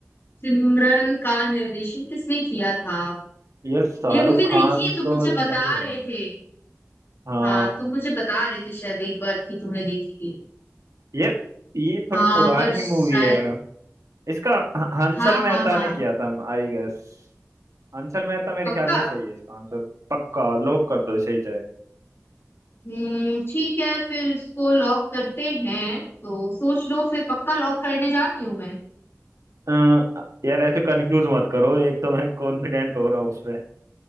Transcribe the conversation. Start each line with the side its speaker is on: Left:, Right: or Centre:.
Left: सिमरन का निर्देशन किसने किया था
Right: यार शाहरुख
Left: ये मूवी देखी
Right: खान
Left: है तुम
Right: तो
Left: मुझे
Right: नहीं
Left: बता
Right: है
Left: रहे थे
Right: हाँ
Left: हाँ तुम मुझे बता रहे थे शायद एक बार कि तुमने देखी थी
Right: यार ये थोड़ी
Left: हाँ
Right: पुरानी
Left: पर शायद
Right: मूवी है इसका ह- हंसल
Left: हाँ
Right: मेहता
Left: हाँ हाँ
Right: ने किया था आई गेस हंसल मेहता मेरे
Left: पक्का
Right: ख्याल में सही है इसका आंसर पक्का लॉक कर दो सही चाहे
Left: हम्म ठीक है फिर इसको लॉक करते हैं तो सोच लो फिर पक्का लॉक करने जा रही हूँ मैं
Right: अ, यार ऐसे कंफ्यूज मत करो एक तो मैं कॉन्फिडेंट हो रहा हूँ उसमें